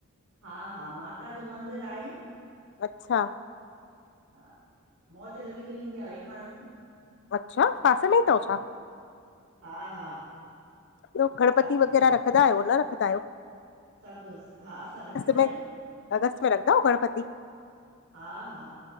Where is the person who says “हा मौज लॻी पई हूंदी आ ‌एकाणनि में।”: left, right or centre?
Right